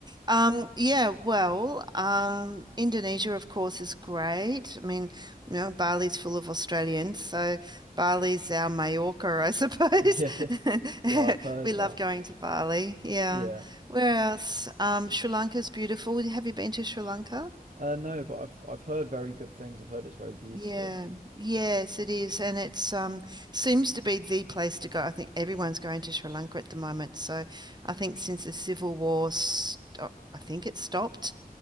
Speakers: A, on the right; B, on the right.
A: Um, yeah, well, um, Indonesia, of course, is great. I mean, you know, Bali's full of Australians, so Bali's our Majorca, I suppose.
B: Yeah,
A: <laughs>
B: yeah, I've heard
A: We love
B: that.
A: going to Bali. Yeah.
B: Yeah,
A: Where else? Um, Sri Lanka's beautiful. Have you been to Sri Lanka?
B: uh, no, but I've I've heard very good things. I've heard it's very beautiful.
A: Yeah. Yes, it is. And it's um seems to be the place to go. I think everyone's going to Sri Lanka at the moment. So I think since the civil war, st oh, I think it stopped.